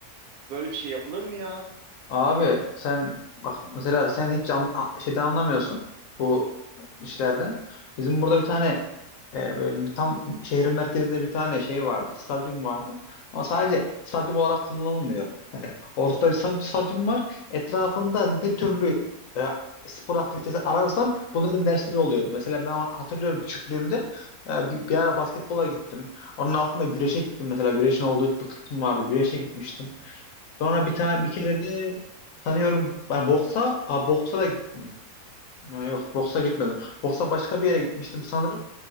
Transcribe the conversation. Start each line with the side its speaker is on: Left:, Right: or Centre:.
Right: Böyle bir şey yapılır mı ya?
Left: Abi sen bak mesela sen hiç an, a- şeyden anlamıyorsun bu işlerden. Bizim burada bir tane e, böyle tam şehrin merkezinde bir tane şey vardı, stadyum vardı. Ama sadece stadyum olarak kullanılmıyor. Yani ortada bir stat- stadyum var. Etrafında ne türlü e, spor aktivitesi ararsan bunların dersleri oluyordu. Mesela ben hatırlıyorum küçüklüğümde e, bir, bir ara basketbola gittim. Onun altında güreşe gittim mesela. Güreşin olduğu bir kısım vardı. Güreşe gitmiştim. Sonra bir tane bir kere de tanıyorum. Ben boksa, ha, boksa da gittim. Ha, Yok boksa gitmedim. Boksa başka bir yere gitmiştim sanırım.